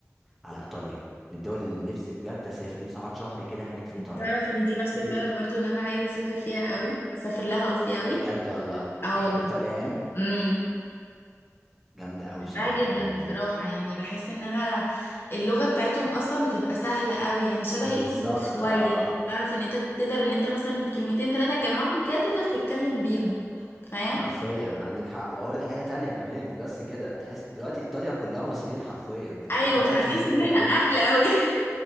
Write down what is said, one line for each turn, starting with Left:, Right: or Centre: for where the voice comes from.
Centre: على إيطاليا من الدول اللي نفسي بجد أسافر نفسي أقعد شهر كده هناك في إيطاليا
Left: أنت تعرف إن دي نفس
Centre: أنت
Left: البلد برضو إن أنا عايزة أسافر فيها قوي أسافر لها قصدي قوي
Centre: بجد والله
Left: أه
Centre: تحب
Left: والله
Centre: إيطاليا يعني
Left: امم
Centre: جامدة قوي
Left: بحبها
Centre: بصراحة
Left: جدا
Centre: يعني
Left: بصراحة يعني بحس إنها اللغة بتاعتهم أصلا بتبقى سهلة قوي يعني شبه
Centre: بالظبط
Left: الإنجليش شوية
Centre: أه
Left: تعرف إن أنت تقدر إن أنت مثلا كلمتين تلاتة تجمعهم كده تقدر تتكلم بيهم فاهم
Centre: حرفيا عندك حق واقول لك الحاجه تانية كمان مش بس كده تحس دلوقتي ايطاليا كلها مصريين حرفيا فانت
Left: ايوه
Centre: هتروح
Left: فهتحس
Centre: هناك مش تحس ان
Left: ان
Centre: انت
Left: احنا
Centre: غريب
Left: اهل قوي <laughs>